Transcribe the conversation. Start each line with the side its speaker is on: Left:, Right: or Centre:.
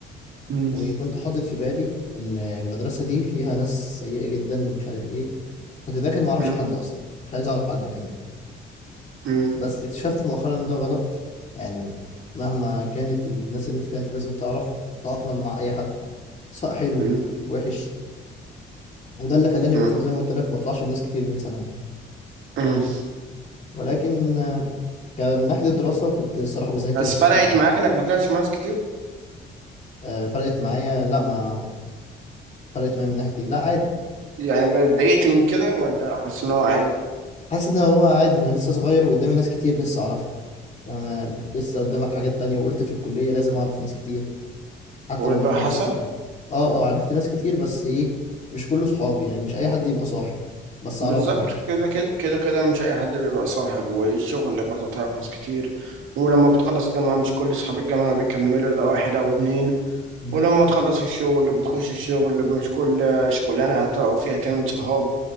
Right: مم.
Left: وكنت حاطط في بالي ان المدرسه دي فيها ناس سيئه جدا ومش عارف ايه كنت داخل ما اعرفش
Right: مم.
Left: حد اصلا مش عايز اعرف حد كمان
Right: مم.
Left: بس اكتشفت مؤخرا ان ده غلط يعني مهما كانت الناس اللي انت فيها انت لازم تعرف تتاقلم مع اي حد سواء حلو
Right: مم.
Left: وحش وده اللي خلاني
Right: مم.
Left: في- زي ما قلت لك ما اطلعش بناس كتير من ثانوي
Right: مم.
Left: ولكن آه، ك- من ناحيه الدراسه كنت الصراحه بذاكر
Right: بس
Left: بذاكر
Right: فرقت
Left: جدا
Right: معاك انك ما طلعتش مع ناس كتير
Left: آه، فرقت معايا لا ما فرقت معايا من ناحيه ايه لا عادي
Right: يعني اتضايقت من كده ولا حاسس ان هو عادي
Left: حاسس ان هو عادي انا لسه صغير وقدامي ناس كتير لسه اعرفها فأنا لسه قدامك حاجات تانية وقلت في الكلية لازم أعرف ناس كتير حتى
Right: هو
Left: لو
Right: ده
Left: ما يكونوش
Right: حصل
Left: صحابي أه أه عرفت ناس كتير بس إيه مش كله صحابي يعني مش أي حد يبقى صاحب بس
Right: بالظبط
Left: أعرفهم يعني
Right: كده كده كده كده مش اي حد بيبقى صاحب والشغل برضه تعرف ناس كتير ولما بتخلص الجامعة مش كل صحاب الجامعة بيكملوا ده واحد أو اتنين
Left: مم.
Right: ولما تخلص الشغل بتخش الشغل مش كل شغلانة هتقعد فيها تعمل صحاب